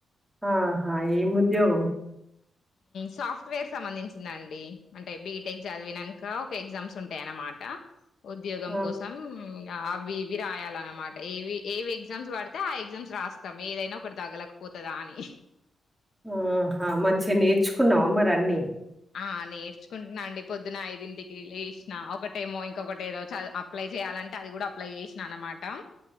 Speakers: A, in the centre; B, on the left.
A: ఆహా ఎమ్ ఉద్యోగం
B: సాఫ్ట్వేర్ సంబంధించిందండి అంటే బీటెక్ చదివినాక ఒక ఎగ్జామ్స్ ఉంటాయ అన్నమాట ఉద్యోగం
A: ఆ
B: కోసం అవి ఇవి రాయాలన్నమాట ఏవి ఏవి ఎగ్జామ్స్ పడితే ఆ ఎగ్జామ్స్ రాస్తాం ఏదైనా ఒకటి తగ్గలేకపోతుందా అని
A: ఆహా మంచిగా నేర్చుకున్నావా మరి అన్ని
B: ఆ నేర్చుకుంటున్నా అండి పొద్దున ఐదింటికి లేసిన ఒకటేమో ఇంకొకటి ఏదో అప్లై చెయ్యాలంటే అది కూడా అప్లై చేసినా అనమాట